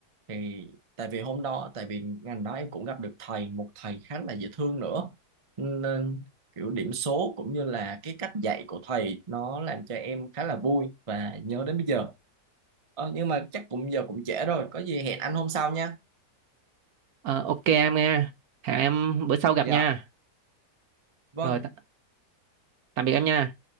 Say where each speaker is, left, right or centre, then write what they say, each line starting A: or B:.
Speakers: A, on the right (about 35°); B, on the right (about 65°).
A: thì tại vì hôm đó tại vì ngành đó em cũng gặp được thầy một thầy khá là dễ thương nữa nên kiểu điểm số cũng như là cái cách dạy của thầy nó làm cho em khá là vui và nhớ đến bây giờ ờ, nhưng mà chắc cũng giờ cũng trễ rồi có gì hẹn anh hôm sau nha
B: Ờ, ok em nghe hẹn em bữa sau gặp
A: dạ
B: nha
A: vâng
B: rồi t- tạm biệt em nha